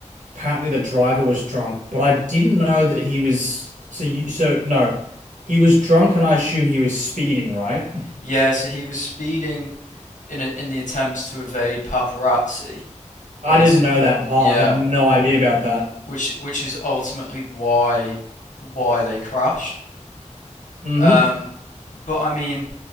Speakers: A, on the right (about 80°); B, on the left (about 90°).
A: apparently the driver was drunk. But I didn't know that he was. So you, so no, he was drunk, and I assume he was speeding, right?
B: Yeah, so he was speeding in a, in the attempts to evade paparazzi,
A: I
B: basically.
A: didn't know that part.
B: Yeah.
A: I had no idea about that.
B: Which which is ultimately why why they crashed.
A: hmm
B: Um but I mean,